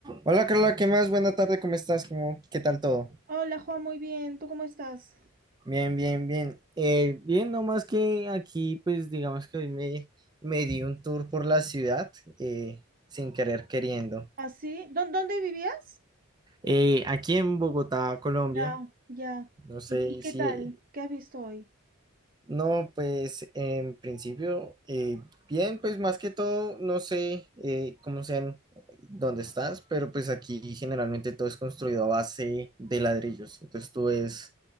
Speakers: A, on the right (about 20°); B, on the right (about 40°).
A: Hola Carla, ¿qué más? Buena tarde, ¿cómo estás? ¿Cómo, qué tal todo?
B: Hola, Juan, muy bien. ¿Tú cómo estás?
A: Bien, bien, bien. Eh, bien, no más que aquí, pues digamos que hoy me, me di un tour por la ciudad, eh, sin querer queriendo.
B: ¿Así? ¿Dó- ¿Dónde vivías?
A: Eh, aquí en Bogotá, Colombia,
B: Ya, ya.
A: no sé
B: ¿Y, y qué
A: si,
B: tal? ¿Qué has visto hoy?
A: No, pues en principio, eh, bien, pues más que todo, no sé eh, cómo sean, dónde estás, pero pues aquí generalmente todo es construido a base de ladrillos. Entonces tú ves